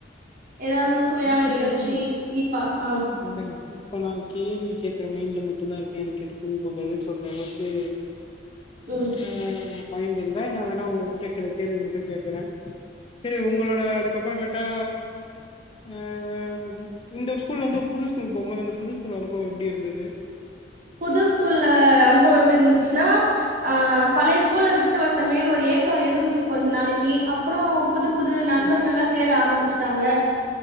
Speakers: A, on the right; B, on the left.
A: ஏதாவது சுவையான
B: எனக்கு
A: நிகழ்ச்சி
B: தெரிந்து
A: இனிப்பா ஆ
B: இல்லங்க இப்ப நா கேள்வி கேக்கற மைண்ட்ல மட் மட்டுதா இருக்கே. எனக்கு எதுக்கு இப்ப பதில் சொல்ற அளவுக்கு
A: ம்
B: ஆ மைண்ட் இல்ல நா வேணா உங்ககிட்ட சில கேள்வி மட்டு கேக்கறே சரி உங்களோட அதுக்கப்புறமேட்டா ம் இந்த ஸ்கூல்ல இருந்து புது ஸ்கூலுக்கு போகும்போது அந்த புது ஸ்கூல் அனுபவம் எப்டி இருந்தது
A: புது ஸ்கூல்ல அனுபவம் எப்டி இருந்துச்சுன்னா அஹ் பழைய ஸ்கூல்ல விட்டுட்டு வந்துட்டோமேன்னு ஒரு ஏக்கம் இருந்துச்சு கொஞ்ச நாளைக்கு அப்புறம் புது புது நண்பர்கள்லாம்
B: ம்
A: சேர ஆரம்பிச் ட்டாங்க